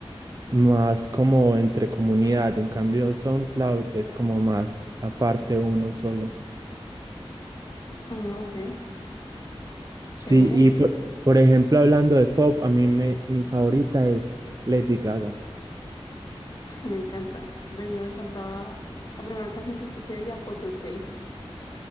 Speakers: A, on the right; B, on the left.
A: más como entre comunidad. En cambio, SoundCloud es como más aparte uno solo.
B: Mm, ok,
A: Sí,
B: chévere.
A: y
B: <laughs>
A: por, por ejemplo, hablando de pop, a mí me, mi favorita es Lady Gaga.
B: Ay, me encanta. De niña me encantaba la primera canción que escuché de ella, Poker Face.